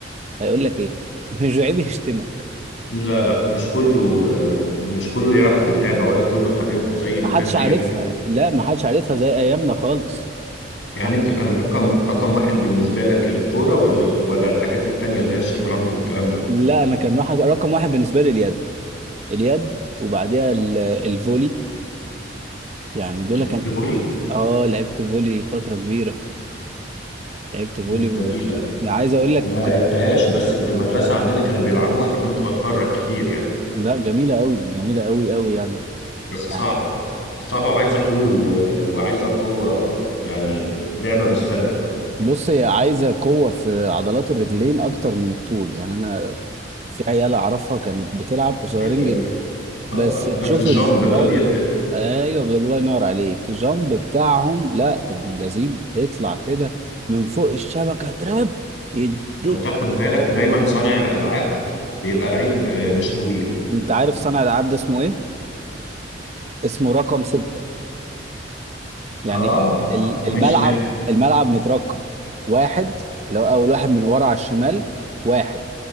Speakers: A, on the right; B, on the left.
A: هيقول لك ايه <laughs> مش عيب يشتمك
B: لا لا مش كله مش كله يعرف اللعبة ولا كله حبيبها زي
A: محدش
B: ما كان أيام
A: عارفها لا محدش عارفها زي ايامنا خالص
B: يعني
A: محدش
B: أنت كان رقم رقم واحد بالنسبة لك الكورة ولا ولا الحاجات التانية اللي هي الشطرنج والكلام ده
A: لا انا كان راح رقم واحد بالنسبه لي اليد اليد وبعديها ال- الفولي يعني دول
B: لعبت
A: كان
B: فولي
A: اه لعبت فولي فتره كبيره لعبت فولي
B: مم،
A: و...
B: جميلة
A: يعني عايز اقول
B: ما
A: لك
B: لعبتهاش بس في المدرسة عندنا كانوا بيلعبوها فكنت بتفرج كتير يعني
A: لا جميله قوي جميله قوي قوي يعني
B: بس صعبة
A: يعني
B: صعبة وعايزة طول و... وعايزة قوة يعني لعبة مش سهلة
A: بص هي عايزه قوه في عضلات الرجلين اكتر من الطول يعني انا في عيال اعرفها كانت بتلعب قصيرين
B: ايوه
A: جدا
B: اه
A: بس تشوف
B: اه بس الجامب
A: الجامب
B: بقى بيفرق
A: ايوه الله ينور عليك الجامب بتاعهم لا ابن لذين يطلع كده من فوق الشبكه دراب يديك
B: لو تاخد بالك دايما صانع الألعاب بيبقى لعيب آه، مش طويل
A: انت عارف صنع الالعاب ده اسمه ايه؟ اسمه رقم ستة يعني
B: اه
A: ال-
B: اه مش
A: الملعب
B: م...
A: الملعب مترقم واحد اللي هو اول واحد من ورا على الشمال واحد